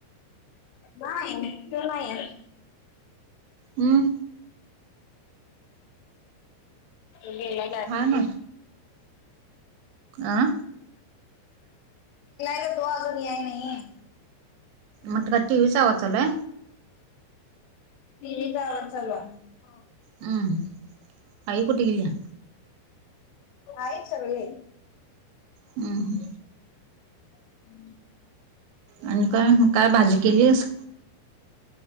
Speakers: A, on the left; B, on the right.
A: नाही ते नाही आहे.
B: हम्म.
A: <unintelligible> गेलाय
B: हा ना अ
A: तर तो अजून याय नाही.
B: मग काय टीव्हीचा आवाज चालू हाय?
A: टी व्ही चा आवाज चाल आहे. हा.
B: उम्म हम्म आई कुठे गेल्या?
A: हाय सगळे आहे.
B: उम्म हम्म.
A: हम्म.
B: आणि काय मग काय भाजी केलीस?